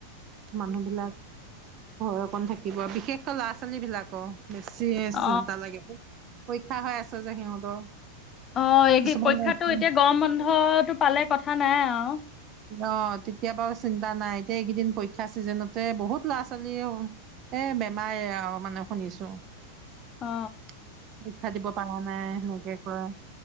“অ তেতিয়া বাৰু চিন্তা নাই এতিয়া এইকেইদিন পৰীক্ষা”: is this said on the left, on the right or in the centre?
Right